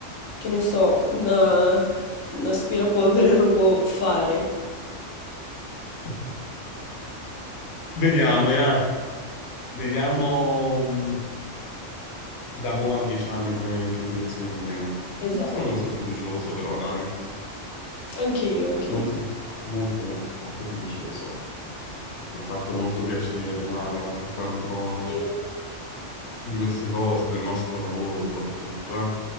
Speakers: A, on the left (about 85°); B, on the left (about 65°).
A: che ne so, una, un aspirapolvere robot fare.
B: <laughs> Vediamo, ya. Vediamo... mh, Da mo' a dieci anni come in che direzione andremo?
A: Esatto,
B: Mm, Sono molto fiducioso però, dai,
A: anche io, anche
B: molto, molto, mo- molto fiducioso. Mi ha fatto molto piacere, Mara, parlare un po'
A: io.
B: di queste cose, del nostro lavoro soprattutto, eh.